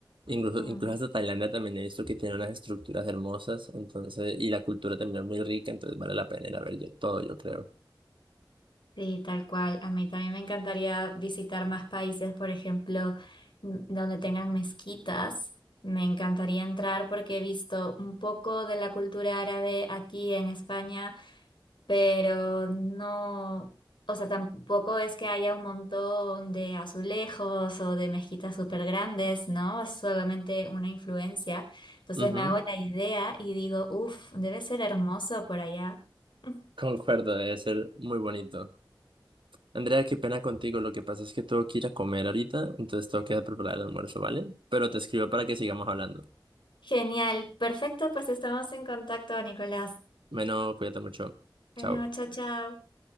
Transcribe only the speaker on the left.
Mm.
Sí, tal cual. A mí también me encantaría visitar más países, por ejemplo, n- donde tengan mezquitas. Me encantaría entrar porque he visto un poco de la cultura árabe aquí en España, pero no, o sea, tampoco es que haya un montón de azulejos o de mezquitas súper grandes, ¿no? Es solamente una influencia. Entonces
me hago la idea y digo, uff, debe ser hermoso por allá. <laughs>
Genial, perfecto, pues estamos en contacto, Nicolás.
Bueno,
chao, chao.